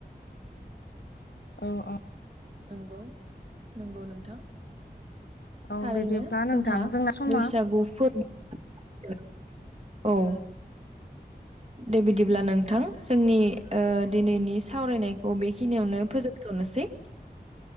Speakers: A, on the left; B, on the right.
A: औ औ
B: नंगौ नंगौ नोंथां
A: औ
B: थारैनो
A: बिदिब्ला नोंथां
B: जोंहा
A: जोंना समा
B: बैसागु फोरबो औ दे बिदिब्ला नोंथां जोंनि ओ दिनैनि ओ सावरायनाय औ बेखिनियावनो फोजोबथ'नोसै